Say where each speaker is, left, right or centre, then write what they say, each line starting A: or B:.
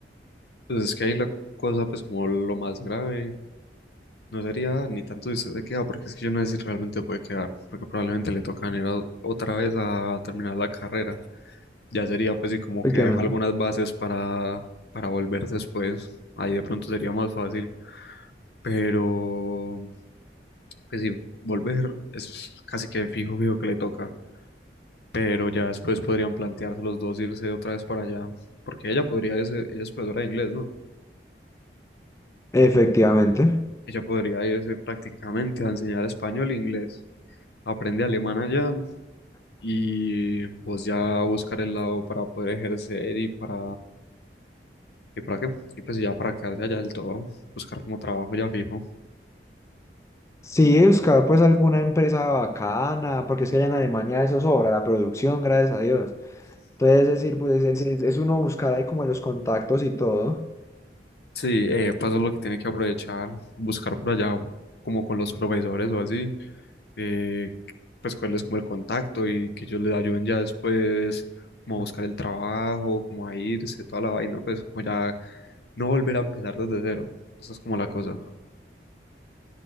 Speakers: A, on the left; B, on the left.
A: Pues es que ahí la cosa, pues como lo más grave No sería ni tanto si usted se queda, porque es que yo no sé si realmente puede quedar, porque probablemente le tocan ir a- otra vez a terminar la carrera. Ya sería pues sí como
B: Efectivamente.
A: que deja algunas bases para, para volver después. Ahí de pronto sería más fácil. Pero pues sí, volver es casi que fijo, fijo que le toca. Pero ya después podrían plantearse los dos irse otra vez para allá. Porque ella podría irse, ella es profesora de inglés, ¿no?
B: Efectivamente.
A: Ella podría irse prácticamente a enseñar español e inglés. Aprende alemán allá y pues ya buscar el lado para poder ejercer y para... ¿Y para qué? Y pues ya para quedarse allá del todo, buscar como trabajo ya fijo.
B: Sí, buscar pues alguna empresa bacana, porque es que allá en Alemania eso sobra, la producción, gracias a Dios. Entonces es decir, pues es, es- es uno buscar ahí como los contactos y todo.
A: Sí, eh, pues eso es lo que tiene que aprovechar, buscar por allá como con los profesores o así, eh, pues cuál es como el contacto y que ellos les ayuden ya después como a buscar el trabajo, como a irse, toda la vaina, pues como ya no volver a empezar desde cero. Esa es como la cosa.